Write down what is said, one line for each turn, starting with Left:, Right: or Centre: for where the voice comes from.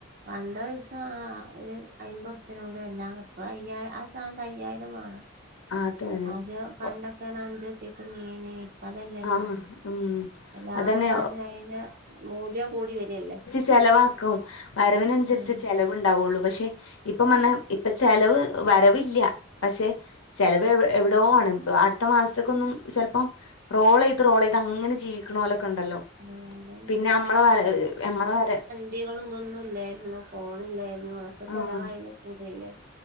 Right: പണ്ട് ദിവസം ആ ഒരു അയമ്പരുപ്യയിലൂടെ എല്ലാം കിട്ടും ഇപ്പൊ അയ്യായി ആ സ്ഥാനത്ത് അയ്യായിരം വേണം
Left: അതെ അതെ
Right: അത് പണ്ടൊക്കെ ന അഞ്ച് റുപ്പിക്ക് മീന് പ്പ അതല്ലല്ലോ
Left: ആഹ് ഉം
Right: എല്ലാ
Left: അതന്നെ
Right: സാധനോം അയ്ന് മൂല്യം കൂടി വരല്ലേ
Left: ചിലവാക്കും വരവിനനുസരിച്ച്
Right: ആഹ്
Left: ചെലവ് ഉണ്ടാവുള്ളൂ പക്ഷെ ഇപ്പ പറഞ്ഞാ ഇപ്പൊ ചെലവ് വരവില്ല പക്ഷെ ചെലവ് എവിടെയോ ആണ്, ഇപ്പ അടുത്ത മാസത്തക്കൊന്നും ചെലപ്പോ റോൾ യെത്റോൾ യ്ത്അങ്ങനെ ജീവിക്കണോലോക്ക ഉണ്ടല്ലോ
Right: ആഹ് അതന്നെ
Left: പിന്നെ നമ്മളെ വര നമ്മളെ വര
Right: കുട്ടികളും ഇതൊന്നും ഇല്ലായിരുന്നു ഫോൺ ഇല്ലായിരുന്നു അതൊക്കെ ചെലവായില്
Left: ആഹ്
Right: കൂടുവല്ലേ